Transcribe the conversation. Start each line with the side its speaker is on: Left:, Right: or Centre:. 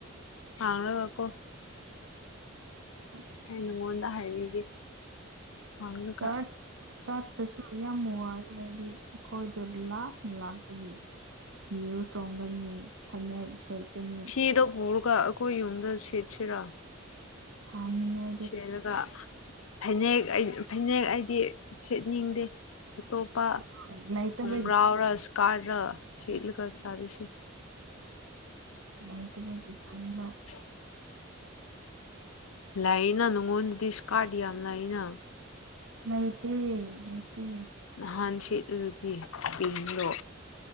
Left: ꯍꯥꯎꯅ ꯋꯥꯀꯣ
Right: ꯑꯁ
Left: ꯑꯩꯅ ꯃꯉꯣꯟꯗ ꯍꯥꯏꯕꯤꯒꯦ ꯍꯪꯉꯒ
Right: ꯆꯥꯠꯁ ꯆꯠꯄꯁꯨ ꯌꯥꯝ ꯋꯥꯏꯌꯦ ꯍꯥꯏꯗꯤ ꯑꯩꯈꯣꯏꯗꯣ ꯂꯥꯞꯅ ꯂꯥꯛꯄꯒꯤ ꯌꯨ ꯇꯣꯡꯒꯅꯤ ꯐꯅꯦꯛ ꯁꯦꯠꯀꯅꯤ
Left: ꯐꯤꯗꯣ ꯄꯨꯔꯒ ꯑꯩꯈꯣꯏ ꯌꯨꯝꯗ ꯁꯦꯠꯁꯤꯔꯥ
Right: ꯍꯝꯅꯤꯡꯉꯥꯏ
Left: ꯁꯦꯠꯂ ꯒ ꯐꯅꯦꯛ ꯑꯩ ꯐꯅꯦꯛ ꯑꯩꯗꯤ ꯁꯦꯠꯅꯤꯡꯗꯦ ꯑ ꯇꯣꯞꯄꯥ
Right: ꯇꯟꯕ ꯂꯩꯇꯕꯒꯤ
Left: ꯈꯣꯡꯒꯔꯥꯎ ꯔ ꯁꯀꯥꯔ ꯔ ꯁꯦꯠꯂꯒ ꯆꯠꯁꯤ
Right: ꯂꯩꯇꯕꯒꯤ ꯇꯟꯕ
Left: <unintelligible> ꯂꯩꯅ ꯅꯪꯉꯣꯟꯗꯗꯤ ꯏꯁ ꯀꯥꯠ ꯌꯥꯝ ꯂꯩꯅ
Right: ꯂꯩꯇꯦ ꯂꯩꯇꯦ
Left: ꯅꯍꯥꯟ ꯁꯦꯠꯂꯗꯤ ꯄꯤꯡꯗꯣ